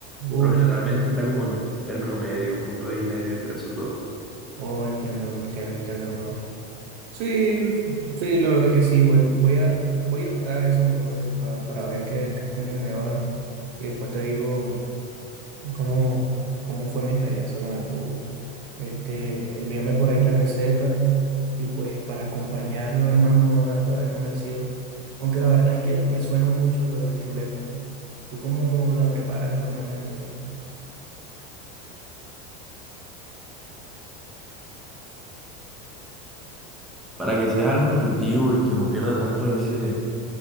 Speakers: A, on the right (about 80°); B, in the centre.
A: Uf,
B: pero generalmente está como en término medio, punto ahí medio entre esos dos.
A: oh, entiendo, entiendo, entiendo, hermano. Sí, sí, la verdad que sí, voy, voy a, voy a optar eso por hoy pa- para ver qué, qué- cómo me va y después te digo cómo, cómo fue mi experiencia con el jugo. Este, envíame por ahí la receta y pues para acompañarlo, hermano, ahora todavía no me decido. Aunque la verdad es que me suena mucho lo de la chuleta. ¿Tú cómo la preparas normalmente, hermano?
B: Para que sea algo nutritivo y que no pierda tanto ese,